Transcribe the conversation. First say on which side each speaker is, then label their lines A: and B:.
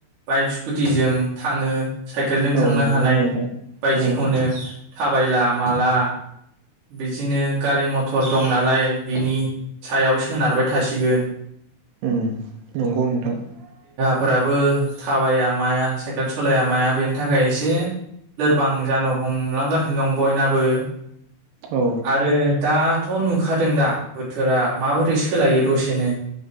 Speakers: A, on the right; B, on the right.
A: बाइक स्कुटिजों थाङो साइकेलजों
B: औ
A: थांनो
B: नंगौ
A: हानाय
B: नोंथां
A: बायदिखौनो
B: औ
A: थाबायला माला बिदिनो गारि मटर दं नालाय बिनि सायाव सोनारबाय थासिगोन
B: ओम नंगौ नोंथां ।
A: फोराबो थाबाया माया साइकेल सलाया माया बेनि थाखाय एसे लोरबां जानो हमलांगासिनो दं बयनाबो ।
B: औ
A: आरो दा थ' नुखादों दा बोथोरा माबोरै सोलायो दसेनो ।